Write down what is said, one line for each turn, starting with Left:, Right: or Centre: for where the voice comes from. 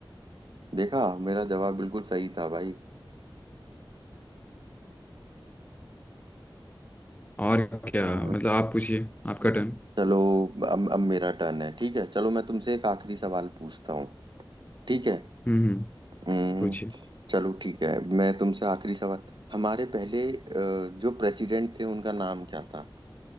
Right: देखा मेरा जवाब बिल्कुल सही था भाई
Left: और क्या
Right: और
Left: मतलब आप पूछिए आपका टर्न
Right: चलो अब अब मेरा टर्न है ठीक है चलो मैं तुमसे एक आखिरी सवाल पूछता हूँ ठीक है
Left: हम्म हम्म,
Right: हम्म,
Left: पूछिए
Right: चलो ठीक है मैं तुमसे आखिरी सवाल हमारे पहले अ, जो प्रेसिडेंट थे उनका नाम क्या था